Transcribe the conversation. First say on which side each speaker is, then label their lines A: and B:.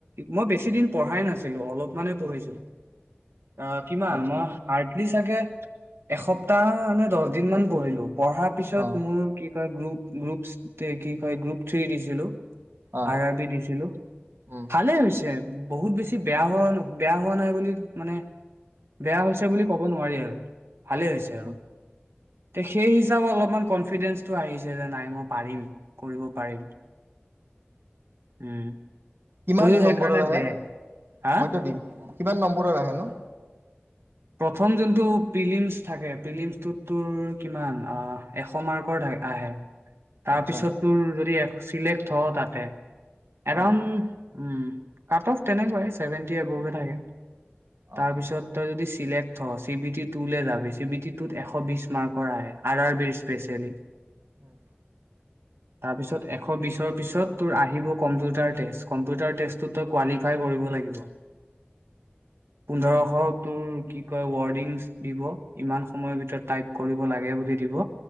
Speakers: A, on the right (about 85°); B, on the right (about 70°).
A: মই বেছিদিন পঢ়াই নাছিলো অলপমানে পঢ়িছো অ কিমান?
B: আচ্ছা
A: মই এ- এসপ্তাহ মানে দহ দিন মান পঢ়িলো। পঢ়াৰ পিছত
B: অ
A: মোৰ কিবা গ্ৰ গ্ৰুপছ তে কি কয় গ্ৰুপ থ্ৰী দিছিলো।
B: অ
A: আৰ-আৰ বি দিছিলো,
B: উম
A: ভালে হৈছে আৰু। বহুত বেছি বেয়া হোৱা-বেয়া হোৱা নাই বুলি মানে বেয়া হৈছে বুলি ক'ব নোৱাৰি আৰু। ভালেই হৈছে আৰু।
B: উম
A: তে সেই হিচাপেত অলপমান কনফিডেন্ঞ্চটো আহিছে যে নাই মই পাৰিম কৰিব পাৰিম। উম
B: কিমান
A: তইও সেইকাৰণে
B: নম্বৰৰ আহে
A: দে হা
B: মইতো দিম কিমান নম্বৰৰ আহেনো?
A: প্ৰথম যোনটো পিলিমছ থাকে, পিলিমছটোত তোৰ কিমান এশ মাৰ্কৰ আহে। তাৰ
B: আচ্ছা
A: পিছত তোৰ যদি এ চিলেক্ট হ তাতে এৰাউণ্ড
B: অ
A: উম', কাট-অফ তেনেকুৱাই চেভেনটি এবকে থাকে।
B: অ
A: তাৰপিছত
B: অ
A: তই যদি চিলেক্ট হ চি-বি-টি টু যাবি চি-বি-টি টুত এশ বিশ মাৰ্কৰ আহে আৰ-আৰ বিৰ স্পেচিয়েলি।
B: উম।
A: তাৰপিছত এশ বিশৰ পিছত তোৰ আহিব কম্পিউটাৰ টেষ্ট, কম্পিউটাৰ টেষ্টতো তই কোৱালিফাই কৰিব লাগিব। পোন্ধৰশ
B: উম
A: তোৰ কি কয় ৱৰ্ডিংছ দিব ইমান সময়ৰ ভিতৰত টাইপ কৰিব লাগে বুলি দিব